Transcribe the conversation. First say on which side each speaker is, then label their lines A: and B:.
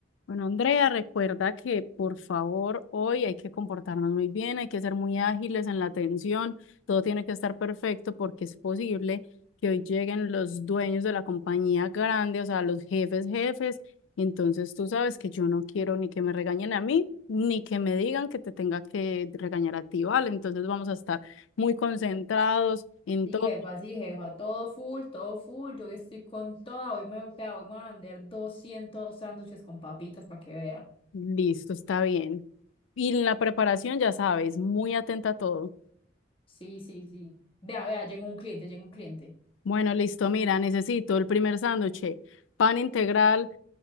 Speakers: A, on the left; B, on the left.
A: Bueno, Andrea, recuerda que por favor hoy hay que comportarnos muy bien, hay que ser muy ágiles en la atención, todo tiene que estar perfecto porque es posible que hoy lleguen los dueños de la compañía grande, o sea, los jefes, jefes. y Entonces tú sabes que yo no quiero ni que me regañen a mí, ni que me digan que te tenga que regañar a ti, ¿vale? Entonces vamos a estar muy concentrados en
B: Sí,
A: todo.
B: jefa, sí, jefa, todo full, todo full. Yo hoy estoy con toda. Hoy me, vea, hoy me voy a vender 200 sándwiches con papitas para que vea.
A: Listo, está bien. Y la preparación, ya sabes, muy atenta a todo.
B: Sí, sí, sí. Vea, vea, llega un cliente, llega un cliente.
A: Bueno, listo. Mira, necesito el primer sándwich, pan integral,